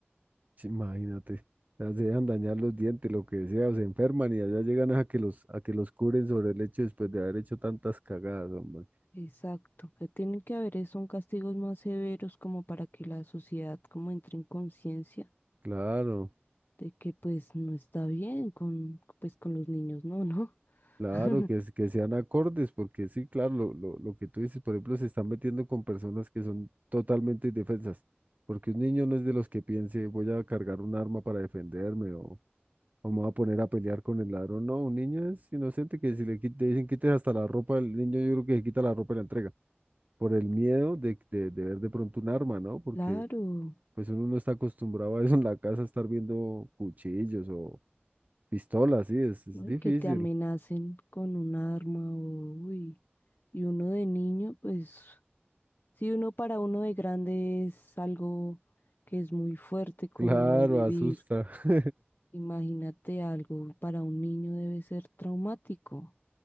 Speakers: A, on the right (about 40°); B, on the left (about 55°).
A: Sí, Imagínate, las dejan dañar los dientes, lo que sea, o se enferman y allá llegan a que los, a que los curen sobre el hecho después de haber hecho tantas cagadas, hombre.
B: Exacto, que tienen que haber es son castigos más severos como para que la sociedad como entre en conciencia
A: Claro,
B: de que pues no está bien con pues con los niños, no, no.
A: claro,
B: <laughs>
A: que, es- que sean acordes, porque sí, claro, lo, lo, lo que tú dices, por ejemplo, se están metiendo con personas que son totalmente indefensas, porque un niño no es de los que piense, voy a cargar un arma para defenderme o, o me voy a poner a pelear con el ladrón. No, un niño es inocente que si le quit- le dicen quites hasta la ropa, el niño yo creo que se quita la ropa y la entrega. por el miedo de, de, de ver de pronto un arma, ¿no? Porque
B: Claro,
A: pues uno no está acostumbrado a eso en la casa, estar viendo cuchillos o pistolas, sí, es, es
B: ¿no?
A: difícil.
B: Y que te amenacen con un arma o uy, y uno de niño pues Si uno para uno de grande es algo que es muy fuerte como
A: Claro,
B: de vivir,
A: asusta. <laughs>
B: imagínate algo para un niño debe ser traumático.